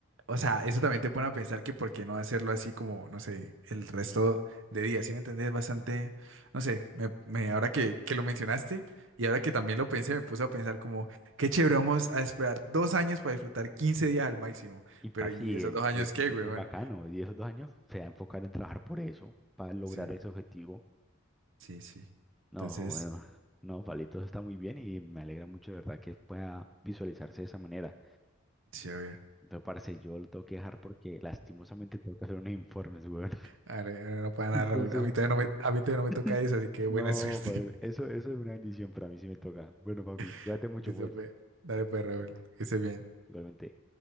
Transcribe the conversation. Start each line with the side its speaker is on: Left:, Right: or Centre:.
Right: o sea, eso también te pone a pensar que por qué no hacerlo así como, no sé, el resto de días. ¿Sí me entendés? Bastante. No sé, me, me- ahora que, que lo mencionaste y ahora que también lo pensé, me puse a pensar como, qué chévere, vamos a esperar dos años para disfrutar 15 días al máximo.
Centre: Y para
Right: Pero, ¿y
Centre: sí,
Right: esos
Centre: es,
Right: dos años
Centre: y es muy
Right: qué, güey? Bueno,
Centre: bacano. Y esos dos años se va a enfocar en trabajar por eso, para lograr
Right: sí,
Centre: ese objetivo.
Right: sí, sí.
Centre: No,
Right: Entonces,
Centre: bueno, no, Palito, eso está muy bien y me alegra mucho de verdad que pueda visualizarse de esa manera.
Right: chévere.
Centre: Pero parce, yo lo tengo que dejar porque lastimosamente tengo que hacer unos informes, weón. <laughs>
Right: A ver, no para
Centre: Entonces,
Right: nada, Raúl. A mí todavía no me, a mí todavía no me
Centre: <laughs>
Right: toca eso, así que
Centre: no,
Right: buena suerte.
Centre: pues, eso, eso es una bendición para mí si me toca. Bueno, papi,
Right: <laughs>
Centre: cuídate mucho,
Right: Listo,
Centre: pues,
Right: pues. Dale, pues, Raúl. Que estés bien.
Centre: igualmente.